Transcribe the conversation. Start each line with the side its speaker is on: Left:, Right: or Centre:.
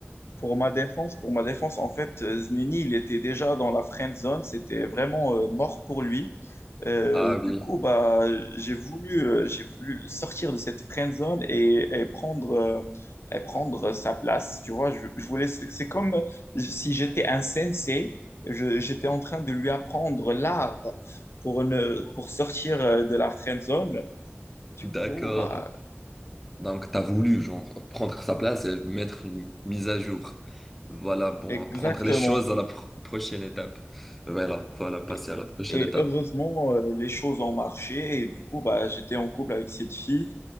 Left: Pour ma défense, pour ma défense, en fait, euh, Znini, il était déjà dans la friend zone, c'était vraiment euh, mort pour lui. Euh,
Centre: Ah
Left: du
Centre: oui,
Left: coup, bah, j'ai voulu, euh, j'ai voulu le sortir de cette friend zone et, et prendre, euh, et prendre sa place. Tu vois, je, je voulais, c'est c'est comme si j'étais un sensei, je- j'étais en train de lui apprendre l'art pour ne, pour sortir euh, de la friend zone. Du
Centre: d'accord.
Left: coup, bah,
Centre: Donc, tu as voulu genre, prendre sa place et mettre une mise à jour. Voilà, bon,
Left: exactement.
Centre: prendre les choses à la pro- prochaine étape. Voilà, voilà, passer
Left: Et
Centre: à la prochaine
Left: et
Centre: étape.
Left: heureusement, euh, les choses ont marché et du coup, bah, j'étais en couple avec cette fille.